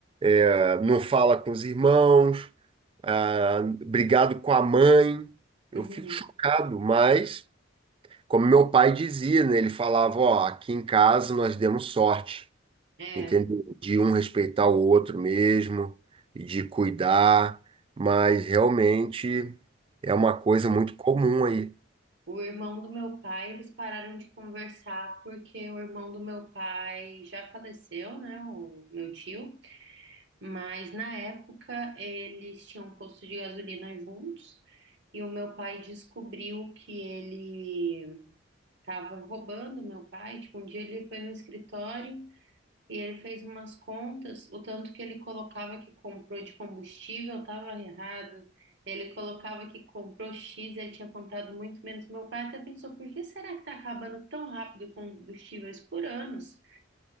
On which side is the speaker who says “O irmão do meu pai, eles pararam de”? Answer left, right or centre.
Right